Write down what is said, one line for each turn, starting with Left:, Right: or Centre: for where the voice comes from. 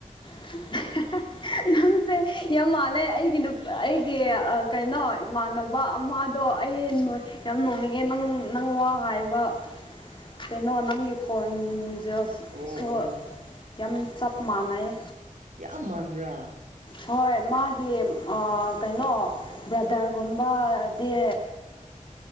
Left: <unintelligible> ꯅꯪꯁꯦ ꯌꯥꯝ ꯃꯥꯜꯂꯦ ꯑꯩꯒꯤ ꯅꯨꯞ ꯑꯩꯒꯤ ꯑꯥ ꯀꯩꯅꯣ ꯏꯃꯥꯟꯅ ꯕ ꯑꯃꯗꯣ ꯑꯩ ꯅꯣꯏ ꯌꯥꯝ ꯅꯣꯛꯅꯤꯡꯉꯦ ꯅꯪ ꯅꯪ ꯋꯥ ꯍꯥꯏꯕ
Right: <inaudible>
Left: ꯀꯩꯅꯣ ꯅꯪꯒꯤ
Right: ꯏ-
Left: ꯈꯣꯟꯖꯦꯜꯁꯨ
Right: ꯑꯣ ꯑꯣ
Left: ꯌꯥꯝ ꯆꯞ ꯃꯥꯟꯅꯩꯌꯦ
Right: ꯌꯥꯝ ꯃꯥꯟꯕ꯭ꯔꯥ
Left: ꯍꯣꯏ ꯃꯥꯒꯤ ꯑꯥ ꯀꯩꯅꯣ ꯕ꯭ꯔꯗꯔꯒꯨꯝꯕꯗꯤ